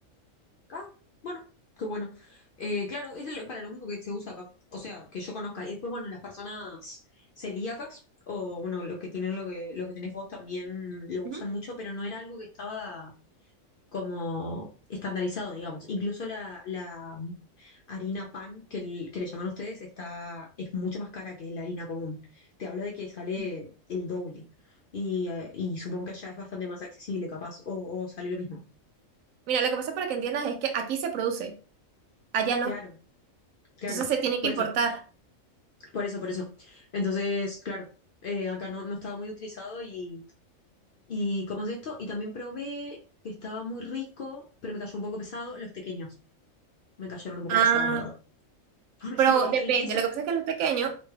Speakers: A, on the left (about 60°); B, on the right (about 80°).
A: Ah, bueno, qué bueno. Eh, claro, es el- para lo único que se usa acá. O sea, que yo conozca. Y después, bueno, las personas celíacas, o bueno, lo que tienen lo que, lo que tenés vos también lo usan
B: Ujú,
A: mucho, pero no era algo que estaba como estandarizado, digamos. Incluso la, la harina pan que, l- que le llaman ustedes está, es mucho más cara que la harina común. Te hablo de que sale
B: ujú.
A: el doble. Y, eh, y supongo que allá es bastante más accesible, capaz, o o sale lo mismo.
B: Mira, lo que pasa para que entiendas es que aquí se produce, allá no.
A: Claro, claro.
B: Entonces se tiene
A: Por
B: que importar.
A: eso. Por eso, por eso. Entonces, claro, eh, acá no, no estaba muy utilizado y, y ¿cómo es esto? Y también probé que estaba muy rico, pero me cayó un poco pesado. Los pequeños me cayeron un poco
B: Ah,
A: pesados, la verdad. <laughs> Porque
B: Pero depende,
A: el queso...
B: lo que pasa es que los pequeños